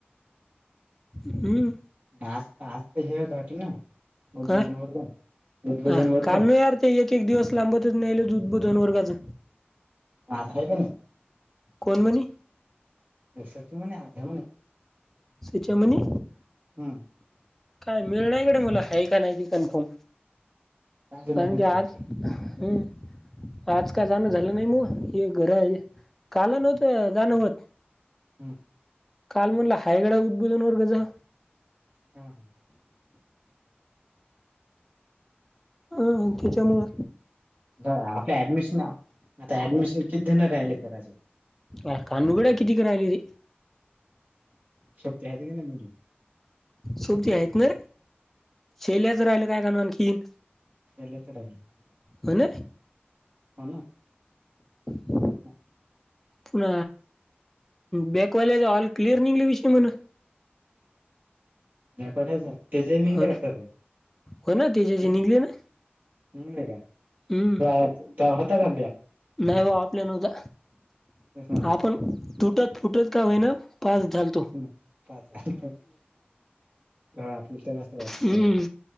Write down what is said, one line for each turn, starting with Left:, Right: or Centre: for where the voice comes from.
Centre: हम्म
Right: ना आ जेवत वाट ना उद्भजन
Centre: काय
Right: वर्ग उद्भजन
Centre: अर
Right: वर्ग
Centre: कान यार ते एक एक दिवस लांबतच न्याल उद्बोधन वर्गाच
Right: हा का ना
Centre: कोणमणी
Right: एक म आ म्ह
Centre: सुचेमणी
Right: हम्म
Centre: काय मिळ नाहीकडे मुला ह का नाही की कन्फर्म
Right: काय अजून
Centre: सांगे
Right: एखादा पेक्षा
Centre: आज हम् आज काल जाणं झालं नाही मग हे घर काल नवत जाणं होत.
Right: हम्म
Centre: काल म्हणलं हायगडा उद्भुजन वर्गजा
Right: हा हा
Centre: ह त्याच्यामुळ.
Right: आपल ऍडमिशन, आता ऍडमिशन कितीजण राहिले करायचे.
Centre: अ कानुगड्या किती करायली ती.
Right: सत्या त्यागणी म्होनोली
Centre: सोबती आहेत कोण शेल्या राहिलं तर काय करणार आणखीन.
Right: शेल्यात राहिल
Centre: हो ना
Right: ह ना
Centre: ह
Right: हा
Centre: पुन बॅकवाल्याचा ऑल क्लिअर निंगला विषय म्हण
Right: माप्यात हाय काय. तेच मी घेऊन
Centre: हो
Right: काय
Centre: ना
Right: करू
Centre: हो ना त्याच्याचे
Right: हम्
Centre: निघले ना
Right: ह् लेका
Centre: हम्म
Right: ते हा तवा होता का ब्या
Centre: नाही हो आपल्या नदा
Right: तेच म्हणलं
Centre: आपण तुटत फुटत का होई ना पास झालत
Right: ह पासं झालत. भावा आपले तवाच ऑल
Centre: हम्म
Right: क्लिअर हाय.